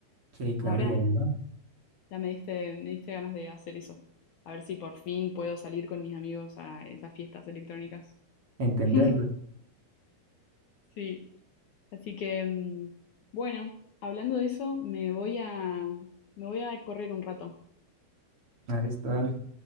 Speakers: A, on the right; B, on the left.
A: Sí, claro,
B: Ahora
A: y ayuda
B: ya me diste, me diste ganas de hacer eso. A ver si por fin puedo salir con mis amigos a esas fiestas electrónicas.
A: a entenderlo.
B: <laughs> Sí, así que mm, bueno, hablando de eso, me voy a me voy a correr un rato,
A: Ah, listo, dale.